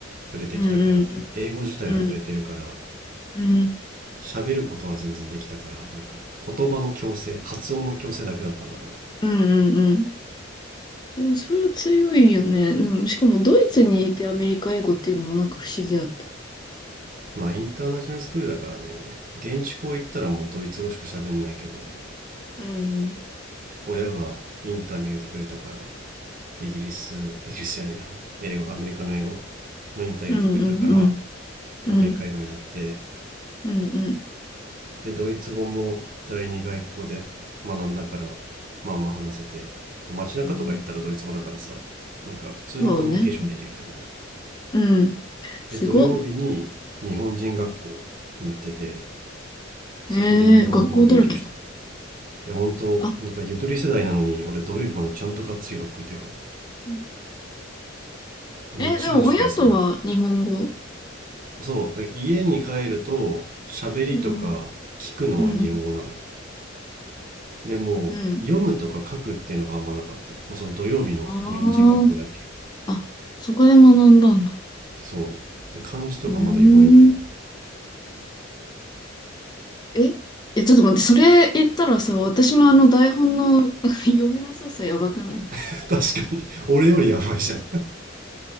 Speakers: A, on the right (about 45°); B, on the left (about 20°).
A: 触れてきたから英語自体は触れてるから
B: うん、うん、うん、うん、うん、
A: 喋ることは全然できたからなんか言葉の矯正発音の矯正だけだったんだろうね
B: うん、うんうんそれそれは強いよね。うんしかも、ドイツにいてアメリカ英語っていうのもなんか不思議だった。
A: まあインターナショナルスクールだからね現地校行ったらもうドイツ語しか喋んないけど
B: うん。
A: 親がインターに入れてくれたからイギリスイギリスじゃねえや英語アメリカの英語のインター入れてくれたから
B: うんうんうん。うん
A: アメリカ英語になって
B: うんうん。
A: でドイツ語も第二外国語で学んだからまあまあ話せてあと街中とか行ったらドイツ語だからさなんか普通のコミュニケーションができるって感じ
B: すごいな。そうね。うん。うんすごっ。
A: で土曜日に日本人学校に行っててそこで日本語を勉強してたい
B: えー、学校だらけ。
A: や本当なんかゆとり世代なのに俺土曜日までちゃんとがっつり学校行ってるからね
B: あ、うん
A: 日曜しか休みない
B: え、でも親とは日本語。
A: そう家に帰ると喋りとか聞くのは日本語なのよ
B: うん、うん、
A: でもう読むとか書くっていうのがあんまなかった、
B: うん。
A: まあ、その土曜日の日本人学校だけ
B: ああ、あ、そこで学んだんだ。
A: そうだから漢字とかまだ弱いんだよね
B: うーん。え、え、ちょっと待って、それ言ったらさ、私のあの台本の <laughs> 読みなささやばくない
A: <laughs> 確かに俺よりやばいじゃん